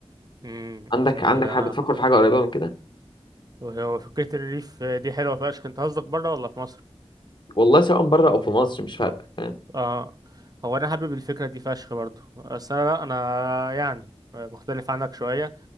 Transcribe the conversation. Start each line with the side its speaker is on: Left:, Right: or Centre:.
Right: م-
Left: عندك
Right: آه،
Left: عندك حاجه بتفكر في حاجه قريبه من كده
Right: وهو فكرة الريف دي حلوة فشخ انت قصدك بره ولا في مصر؟
Left: والله سواء بره او في مصر مش فارقه فاهم
Right: اه هو انا حابب الفكره دي فشخ برضو بس انا لا انا يعني مختلف عنك شويه